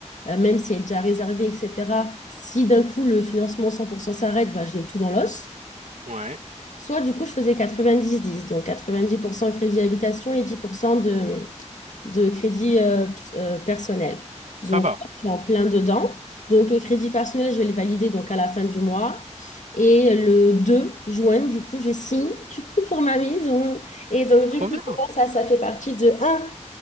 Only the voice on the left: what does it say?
euh, même si elle est déjà réservée, etc., si d'un coup le financement 100% s'arrête, bah, je l'ai tout dans l'os.
Soit du coup je faisais 90-10, donc 90% crédit habitation et 10% de crédit euh, ps- euh, personnel.
Donc,
là, je suis en plein dedans. Donc, le crédit personnel, je vais le valider donc à la fin du mois. Et le 2 juin, du coup, je signe du coup pour ma maison. Et donc,
du coup,
là, ça, ça fait partie de un,